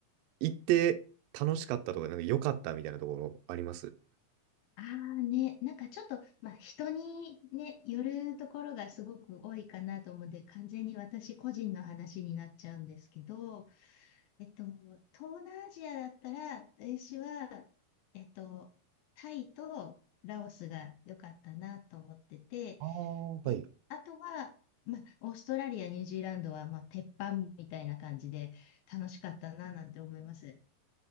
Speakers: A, on the right; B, on the left.
A: 行って楽しかったとか、なんか良かったみたいなところあります
B: ああね、なんかちょっと、まあ、人にね、よるところがすごく多いかなと思うんで、完全に私個人の話になっちゃうんですけど、えっと、東南アジアだったら、私は、えっと、タイとラオスが良かったなと思ってて、
A: ああー、
B: で、
A: はい。
B: あとは、まあ、オーストラリア、ニュージーランドは、まあ、鉄板みたいな感じで楽しかったななんて思います。